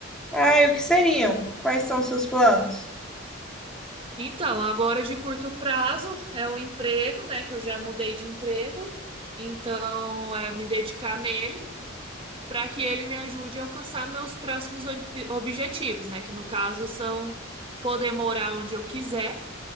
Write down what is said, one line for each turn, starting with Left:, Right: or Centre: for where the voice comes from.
Centre: Ah, e o que seriam? Quais são seus planos?
Right: Então, agora de curto prazo é o emprego, né? Que eu já mudei de emprego. Então, é me dedicar nele para que ele me ajude a alcançar meus próximos ob- objetivos, né? Que no caso são poder morar onde eu quiser.